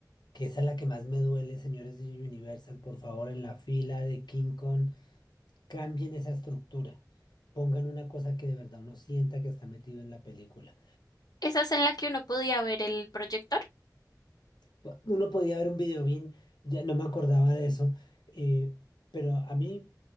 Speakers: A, on the left; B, on the left.
A: que esa es la que más me duele, señores de Universal, por favor, en la fila de King Kong, cambien esa estructura. Pongan una cosa que de verdad uno sienta que está metido en la película.
B: Esas en la que uno podía ver el proyector.
A: po- Uno podía ver un video bien, ya no me acordaba de eso, eh, pero a mí